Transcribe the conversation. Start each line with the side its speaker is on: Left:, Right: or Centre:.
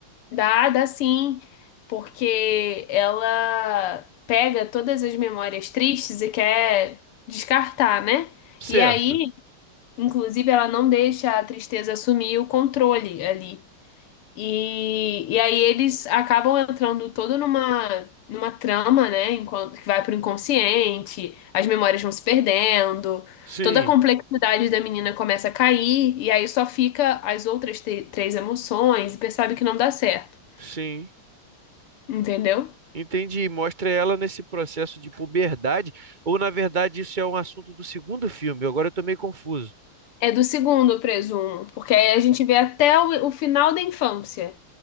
Left: Dá, dá sim, porque ela pega todas as memórias tristes e quer descartar, né?
Right: Certo.
Left: E aí, inclusive, ela não deixa a tristeza assumir o controle ali. E, e aí eles acabam entrando todo numa, numa trama, né? Enquanto que vai pro inconsciente, as memórias vão se perdendo,
Right: Sim,
Left: toda a complexidade da menina começa a cair, e aí só fica as outras te- três emoções e percebe que não dá certo
Right: sim.
Left: entendeu?
Right: Entendi. Mostra ela nesse processo de puberdade, ou na verdade isso é um assunto do segundo filme? Agora eu tô meio confuso.
Left: É do segundo, eu presumo, porque aí a gente vê até o, o final da infância,